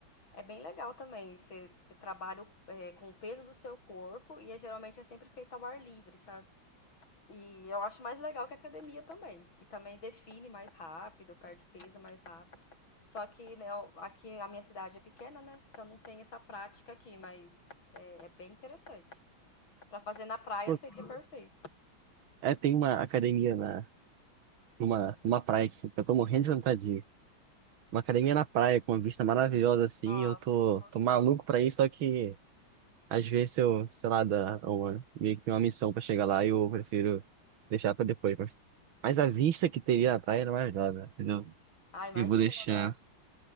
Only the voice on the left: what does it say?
É bem legal também. Você, você trabalha, eh, com o peso do seu corpo e é, geralmente é sempre feito ao ar livre, sabe? E eu acho mais legal que a academia também. E também define mais rápido, perde peso mais rápido. Só que, né, eu- aqui a minha cidade é pequena, né? Então não tem essa prática aqui, mas é, é bem interessante. Pra fazer na praia
seria perfeito.
Nossa,
que gostoso.
Ah, imagina,
né?